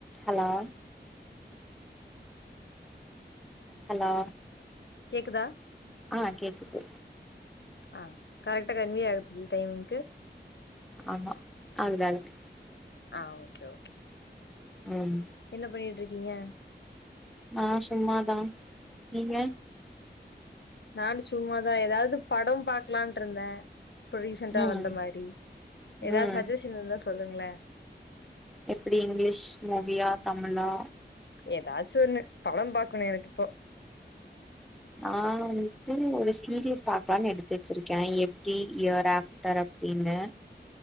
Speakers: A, in the centre; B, on the left.
A: Hello
B: கேக்குதா?
A: Hello
B: கேக்குதா?
A: ஆ கேக்குது.
B: ஆ கரெக்ட்டா கன்வே ஆகுதுல்ல டைமிங்க்கு
A: ஆமா ஆகுது ஆகுது.
B: ஆ ஓகே ஓகே.
A: ம்
B: என்ன பண்ணிட்ருக் கீங்க?
A: நா சும்மாதா நீங்க?
B: நானு சும்மாதா எதாவ்து படம் பாக்லான்ட்ருந்தே இப்ப ரீசன்டா
A: ம்
B: வந்த மாரி ஏதா
A: ம்
B: ஸஜ்ஜஷன் இருந்தா சொல்லுங்களே
A: எப்டி இங்லிஷ் மூவியா தமிழா
B: எதாச்சு ஒன்னு படம் பாக்கணு எனக்கிப்போ
A: நா வன்ட்டு ஒரு சீரியஸ் பாக்லான் எடுத்து வச்சுருக்கே எப் டி இயர் ஆஃப்டர் அப்டின்னு